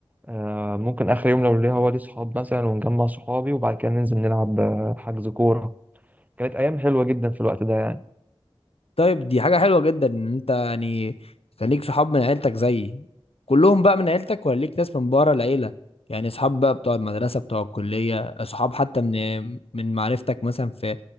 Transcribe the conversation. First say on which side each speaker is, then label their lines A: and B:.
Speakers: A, on the right; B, on the left.
A: آه ممكن آخر يوم لو ليا هو لي صحاب مثلا ونجمع صحابي وبعد كده ننزل نلعب آه، حجز كورة كانت أيام حلوة جدا في الوقت ده
B: طيب دي حاجة حلوة جدا ان انت يعني كان ليك صحاب من عيلتك زيي كلهم بقى من عيلتك ولا ليك ناس من بره العيلة يعني صحاب بقى بتوع المدرسة بتوع الكلية صحاب حتى من من معرفتك مثلا في